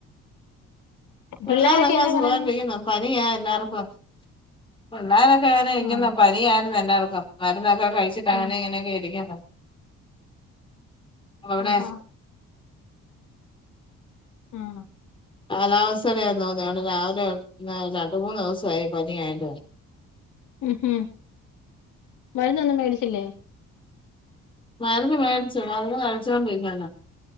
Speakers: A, on the left; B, on the left.
A: കൊള്ളാതന്ന
B: പിള്ളോരൊക്കെ എന്നാ
A: സുഖം
B: പറയുന്നു
A: ആയിട്ടിരി ക്കുന്നോ പനിയാ എല്ലാർക്കും. പിള്ളാരൊക്കെ അങ്ങനെ ഇരിക്കുന്നു
B: ആഹ്
A: പനിയായിരുന്നു എല്ലാവർക്കും. മരുന്നൊക്കെ കഴിച്ചിട്ട് അങ്ങനെ
B: ആഹ്
A: ഇങ്ങനൊക്കെ ഇരിക്കുന്നു ഒവ്ടെ
B: ആഹാ ആഹ്
A: കാലാവസ്ഥയെടാ തോന്ന്ണെ. വിടെ രാവിലെ രണ്ട് മൂന്ന് ദിവസമായി പനിയായിട്ട്
B: ഉം ഹും മരുന്നൊന്നും മേടിച്ചില്ലേ
A: മരുന്ന് മേടിച്ചു മരുന്ന് കഴിച്ചോണ്ടിരിക്കല്ലേ